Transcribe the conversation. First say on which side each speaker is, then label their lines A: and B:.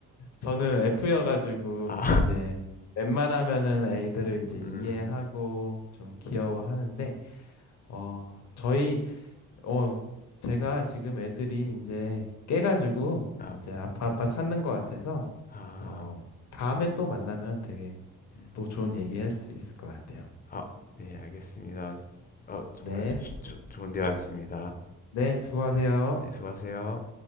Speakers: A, on the left; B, on the left.
A: 저는 F여가지고
B: 아,
A: 이제 웬만하면은 애들을
B: <laughs>
A: 이제 이해하고
B: 음,
A: 좀 귀여워하는데 어 저희 어, 제가 지금 애들이 이제 깨가지고
B: 아,
A: 이제 아빠 아빠 찾는 것 같아서
B: 아,
A: 어, 다음에 또 만나면 되게
B: 음,
A: 또 좋은 얘기할 수 있을 것 같아요.
B: 아, 네, 알겠습니다. 어, 정말
A: 네, 수-
B: 좋, 좋은 대화였습니다.
A: 네, 수고하세요.
B: 네, 수고하세요.